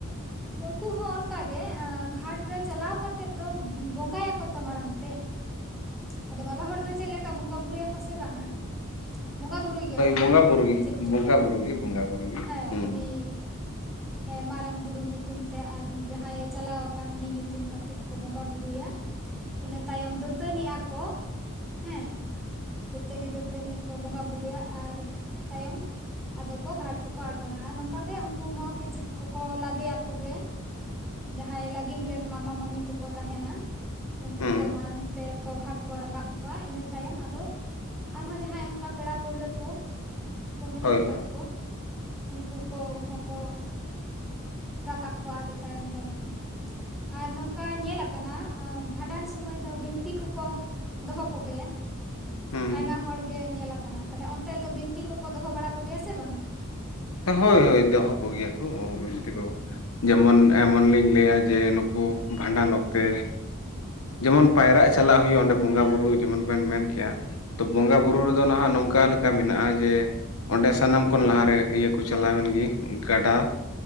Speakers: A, in the centre; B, on the left.
A: ᱩᱱᱠᱩ ᱦᱚᱸ ᱚᱱᱠᱟᱜ ᱜᱮ ᱜᱷᱟᱴ ᱨᱮ ᱪᱟᱞᱟᱣ ᱠᱟᱛᱮᱫ ᱫᱚ ᱵᱚᱸᱜᱟᱭᱟᱠᱚ ᱛᱚ ᱢᱟᱲᱟᱝ ᱛᱮ᱾ ᱟᱫᱚ ᱵᱟᱵᱟ ᱦᱚᱲ ᱫᱚ ᱪᱮᱫ ᱞᱮᱠᱟ ᱵᱚᱸᱜᱟ ᱵᱩᱨᱩᱭᱟᱠᱚ ᱥᱮ ᱵᱟᱝ-ᱟ ᱵᱚᱸᱜᱟ ᱵᱩᱨᱩᱭ ᱜᱮᱭᱟ ᱠᱚ
B: ᱵᱚᱸᱜᱟᱼᱵᱩᱨᱩ
A: ᱵᱟᱵᱟ ᱦᱚᱲ ᱦᱚᱸ
B: ᱜᱮ,
A: ᱪᱮᱫ ᱪᱚᱝ,
B: ᱵᱚᱸᱜᱟᱼᱵᱩᱨᱩ ᱜᱮ, ᱵᱚᱸᱜᱟᱼᱵᱩᱨᱩ ᱜᱮ,
A: ᱦᱮᱸ
B: ᱦᱩᱸ,
A: ᱩᱱᱤ
B: <inaudible>
A: ᱮ ᱢᱟᱨᱟᱝ ᱵᱩᱨᱩ ᱧᱩᱛᱩᱢ ᱛᱮ ᱟᱨ ᱡᱟᱦᱟᱸᱭᱮ ᱪᱟᱞᱟᱣ ᱟᱠᱟᱱ ᱩᱱᱤ ᱧᱩᱛᱩᱢ ᱠᱟᱛᱮᱜ ᱠᱚ ᱵᱚᱸᱜᱟ ᱵᱩᱨᱩᱭᱟ᱾
B: <inaudible>
A: ᱤᱱᱟᱹ ᱛᱟᱭᱚᱢ ᱫᱟᱹᱛᱟᱹᱱᱤ ᱟᱠᱚ ᱦᱮᱸ ᱫᱟᱹᱛᱟᱹᱱᱤ ᱫᱟᱹᱛᱟᱹᱱᱤ ᱠᱚ ᱵᱚᱸᱜᱟ ᱵᱩᱨᱩᱭᱟ ᱟᱨ ᱛᱟᱭᱚᱢ ᱟᱫᱚ ᱠᱚ ᱜᱷᱟᱴ ᱛᱮᱠᱚ ᱟᱬᱜᱚᱱᱟ ᱟᱨ ᱱᱚᱝᱠᱟ ᱜᱮ ᱩᱱᱠᱩ ᱦᱚᱸ ᱠᱤᱪᱨᱤᱡ ᱠᱚᱠᱚ ᱞᱟᱫᱮᱭᱟᱠᱚ ᱜᱮ ᱡᱟᱦᱟᱸᱭ ᱞᱟᱹᱜᱤᱢ ᱨᱮᱱ ᱢᱟᱢᱟ ᱢᱟᱢᱤ ᱠᱚᱠᱚ ᱛᱟᱦᱮᱱᱟ ᱩᱱᱠᱩ
B: ᱦᱩᱸ,
A: ᱠᱚ ᱢᱟᱲᱟᱝ ᱠᱚ ᱜᱷᱟᱴ ᱠᱚ ᱨᱟᱠᱟᱵ ᱠᱚᱣᱟ ᱤᱱᱟᱹ ᱛᱟᱭᱚᱢ ᱟᱫᱚ ᱟᱨᱦᱚᱸ ᱡᱟᱦᱟᱸᱭ ᱚᱱᱠᱟ ᱯᱮᱲᱟ ᱯᱟᱹᱲᱦᱟᱹ ᱠᱚ ᱠᱚ ᱢᱮᱱᱟᱜ
B: ᱦᱳᱭ,
A: ᱟᱠᱟᱫ
B: ᱦᱳᱭ,
A: ᱠᱚ ᱩᱱᱠᱩ ᱠᱚᱦᱚᱸ ᱠᱚ ᱨᱟᱠᱟᱵ ᱠᱚᱣᱟ ᱟᱫᱚ ᱛᱟᱭᱚᱢ ᱛᱟᱭᱚᱢ ᱛᱮ ᱟᱨ ᱱᱚᱝᱠᱟ ᱧᱮᱞ ᱟᱠᱟᱱᱟ ᱵᱷᱟᱸᱰᱟᱱ ᱥᱚᱢᱚᱭ ᱫᱚ ᱵᱤᱱᱛᱤ ᱠᱚᱠᱚ ᱫᱚᱦᱚ ᱠᱚᱜᱮᱭᱟ
B: ᱦᱩᱸ,
A: ᱟᱭᱢᱟ ᱦᱚᱲᱜᱮ ᱧᱮᱞ ᱟᱠᱟᱱ ᱚᱱᱛᱮ ᱫᱚ ᱵᱤᱱᱛᱤ ᱠᱚᱠᱚ ᱫᱚᱦᱚ ᱵᱟᱲᱟ ᱠᱚᱜᱮᱭᱟ ᱥᱮ ᱵᱟᱝᱟ?
B: ᱦᱳᱭ ᱦᱳᱭ ᱫᱚᱦᱚ ᱠᱚ ᱜᱮᱭᱟ ᱠᱚ ᱵᱤᱱᱛᱤ ᱠᱚ᱾ ᱡᱮᱢᱚᱱ ᱮᱢᱚᱱ ᱞᱤᱧ ᱞᱟᱹᱭᱟ ᱡᱮ ᱱᱩᱠᱩ ᱵᱷᱟᱸᱰᱟᱱ ᱚᱠᱛᱮ ᱡᱮᱢᱚᱱ ᱯᱟᱭᱨᱟᱜ ᱪᱟᱞᱟᱜ ᱦᱩᱭᱩᱜᱼᱟ ᱚᱸᱰᱮ ᱵᱚᱸᱜᱟ ᱵᱩᱨᱩ ᱡᱮᱢᱚᱱ ᱵᱮᱱ ᱢᱮᱱ ᱠᱮᱜᱼᱟ ᱛᱚ ᱵᱚᱸᱜᱟ-ᱵᱩᱨᱩ ᱨᱮ ᱫᱚ ᱱᱟᱦᱟᱜ ᱱᱚᱝᱠᱟ ᱞᱮᱠᱟ ᱢᱮᱱᱟᱜ-ᱟ ᱡᱮ ᱚᱸᱰᱮ ᱥᱟᱱᱟᱢ ᱠᱷᱚᱱ ᱞᱟᱦᱟ ᱨᱮ ᱤᱭᱟᱹ ᱠᱩ ᱪᱟᱞᱟᱣᱮᱱ ᱜᱤ ᱜᱟᱰᱟ